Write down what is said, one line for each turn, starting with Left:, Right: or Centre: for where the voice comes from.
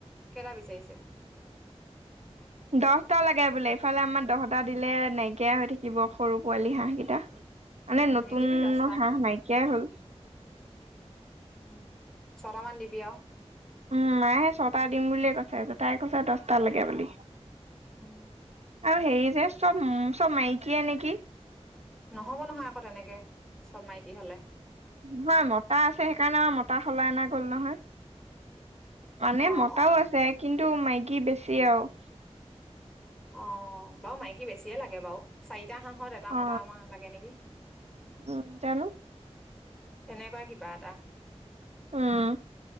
Centre: কেৰা বিচাৰিছে।
Right: দহটা লাগে বোলে ইফালে আমাৰ দহটা দিলে নাইকিয়া হৈ থাকিব সৰু পোৱালি হাঁহ কেইটা। মানে
Centre: উম
Right: নতুন
Centre: নিদিবি দছটা
Right: হাঁহ নাইকিয়াই হ'ল।
Centre: উম, ছটামান দিবি আৰু।
Right: উম, মায়ে ছটা দিম বুলিয়ে কৈছে, তাই কৈছে দছটা লাগে বুলি।
Centre: উম।
Right: আৰু হেৰি যে চব চব মাইকীয়ে নেকি।
Centre: নহ'ব নহয় আকৌ তেনেকে চব মাইকী হ'লে।
Right: নহয় মতা আছে সেইকাৰণে আমাৰ মতা সলাই অনা গ'ল নহয়। মানে
Centre: অ
Right: মতাও
Centre: অ
Right: আছে কিন্তু টো মাইকি বেছি আৰু।
Centre: অ' বাৰু মাইকী বেছিয়ে লাগে বাৰু, চাৰিটা হাঁহত এটা
Right: অ
Centre: মতামাহ লাগে নেকি।
Right: উম, জানো।
Centre: তেনেকুৱা কিবা এটা।
Right: উম